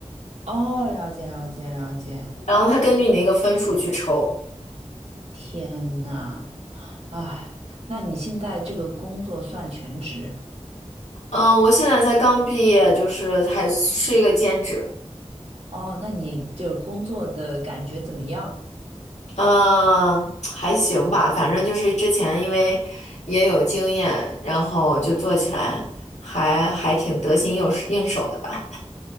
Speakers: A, on the right; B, on the left.
A: 哦，了解了解了解，
B: 然后他根据你那个分数去抽。
A: 天呐，哎，那你现在这个工作算全职？
B: 嗯，我现在才刚毕业，就是还是一个兼职，
A: 哦，那你这个工作的感觉怎么样？
B: 嗯，还行吧，反正就是之前因为也有经验，然后就做起来还还挺得心应手应手的吧，